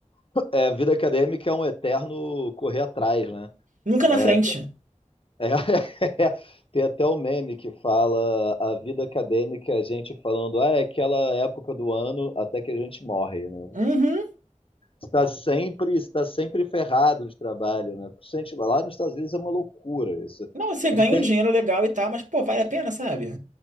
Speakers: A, on the left; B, on the right.
A: É, a vida acadêmica é um eterno correr atrás, né?
B: Nunca
A: É,
B: na frente.
A: é- <laughs> tem até o meme que fala a vida acadêmica, é a gente falando, ah, é aquela época do ano até que a gente morre, né?
B: Uhum.
A: Está sempre, está sempre ferrado de trabalho, né? Por isso a Gente, vai lá nos Estados Unidos é uma loucura isso.
B: Não, você
A: E
B: ganha
A: tem
B: um dinheiro legal e tal, mas, pô, vale a pena, sabe?